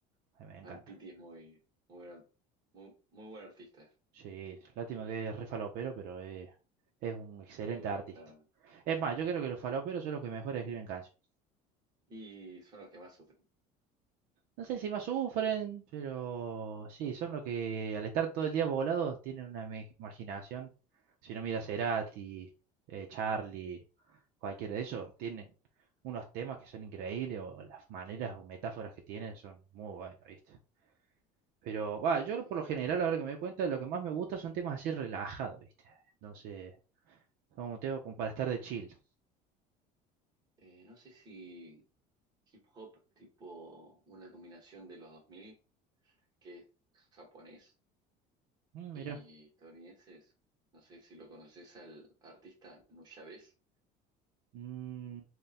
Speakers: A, on the right; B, on the right.
A: A mí me encanta.
B: Al Piti es muy, muy, buen, muy, muy buen artista.
A: Sí, lástima que es re falopero, pero eh, es un excelente
B: Sí, ahora
A: artista.
B: está.
A: Es más, yo creo que los faloperos son los que mejor escriben canciones.
B: Y son los que más sufren.
A: No sé si más sufren, pero sí, son los que al estar todo el día volados tienen una me- imaginación. Si no miras Cerati, eh, Charlie, cualquiera de esos, tienen unos temas que son increíbles o las maneras o metáforas que tienen son muy buenas, ¿viste? Pero va, yo
B: Eh,
A: por lo general, ahora que me doy cuenta, lo que más me gusta son temas así relajados, ¿viste? Entonces, son un tema como para estar de chill.
B: eh, no sé si hip hop, tipo una combinación de los 2000 que es japonés
A: Mm, mira,
B: y estadounidenses. No sé si lo conoces al artista Nuyabes.
A: Mm,